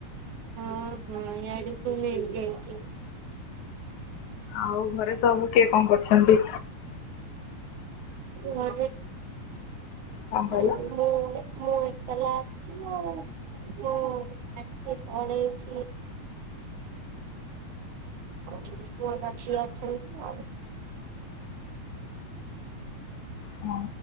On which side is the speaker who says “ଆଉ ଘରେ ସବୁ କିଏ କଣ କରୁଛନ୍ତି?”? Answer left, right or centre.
Left